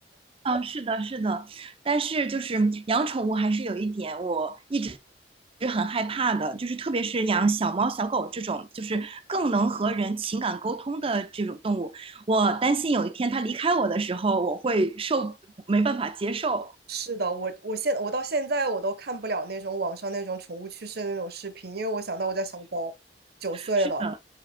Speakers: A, on the right; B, on the right.
A: 哦，是的，是的。但是就是养宠物还是有一点我一直是很害怕的，就是特别是养小猫、小狗这种，就是更能和人情感沟通的这种动物，我担心有一天它离开我的时候，我会受没办法接受。
B: <laughs> 是的，我我现我到现在我都看不了那种网上那种宠物去世的那种视频，因为我想到我家小狗九岁了，
A: 是的，